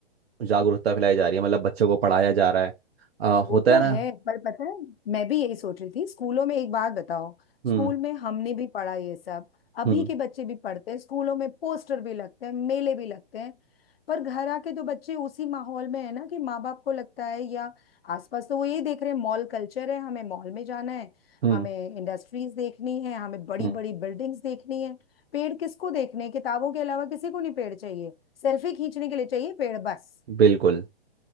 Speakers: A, on the right; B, on the left.
A: जागरूकता फैलाई जा रही है मतलब बच्चों को पढ़ाया जा रहा है आ, होता
B: वो तो
A: है ना
B: है पर पता है मैं भी यही सोच रही थी स्कूलों में एक बात बताओ
A: हम्म
B: स्कूल में हमने भी पढ़ा ये सब अभी
A: हम्म
B: के बच्चे भी पढ़ते हैं स्कूलों में पोस्टर भी लगते हैं मेले भी लगते हैं पर घर आके तो बच्चे उसी माहौल में है ना कि माँ बाप को लगता है या आसपास तो वो यही देख रहे हैं मॉल कल्चर है हमें मॉल में जाना है
A: हम्म
B: हमें इंडस्ट्रीज देखनी है हमें बड़ी
A: हम्म,
B: बड़ी बिल्डिंग्स देखनी है पेड़ किसको देखने हैं? किताबों के अलावा किसी को नहीं पेड़ चाहिए सेल्फी खींचने के लिए चाहिए पेड़ बस
A: बिल्कुल